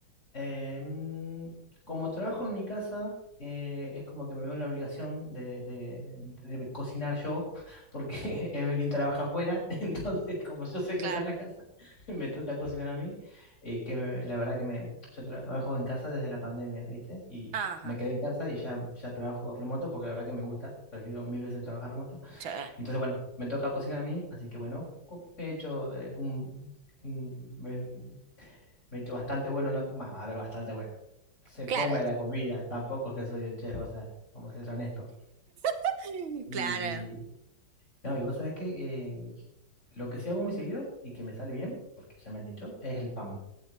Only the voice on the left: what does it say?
Em, como trabajo en mi casa, eh, es como que me veo en la obligación de, de- de cocinar yo, <laughs> porque <laughs> Evelyn trabaja afuera, <laughs> entonces como yo soy el
que está en la casa, <laughs> me toca cocinar a mí, eh, que me- la verdad que me, yo trabajo en casa desde la pandemia, ¿viste? Y
me quedé en casa y ya, ya trabajo remoto, porque la verdad que me gusta, prefiero mil veces trabajar remoto.
Entonces, bueno, me toca cocinar a mí, así que bueno, co- he hecho eh, un... un- me he hecho bastante bueno, en la, más, a ver, bastante bueno. Se
come la comida, tampoco es que soy un chef, o sea, vamos a ser honestos.
Y
no, y vos sabés que eh, lo que sí hago muy seguido y que me sale bien, porque ya me han dicho, es el pan,